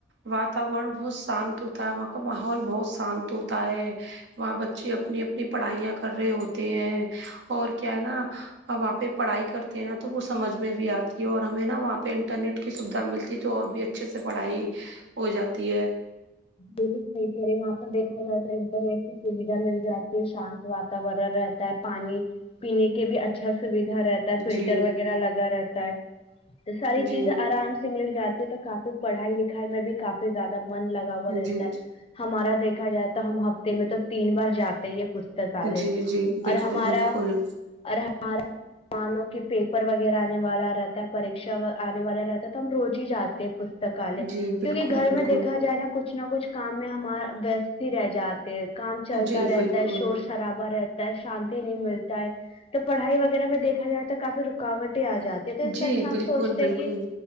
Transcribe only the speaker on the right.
وا اتاورن بہت شانت ہوتا ہے وہاں کا ماحول بہت شانت ہوتا ہے وہاں بچے اپنی اپنی پڑھائیاں کر رہے ہوتے ہیں اور کیا ہے نا اور وہاں پہ پڑھائی کرتے ہیں نا تو وہ سمجھ میں بھی آتی ہے اور ہمیں نا وہاں پہ انٹرنیٹ کی سویدھا ملتی ہے تو اور بھی ا چھے سے پڑھائی ہو جاتی ہے
جی
جی
جی
جی
جی جی بالکل
بالکل
جی بالکل
بالکل
جی
بالکل
جی
بالکل
بالکل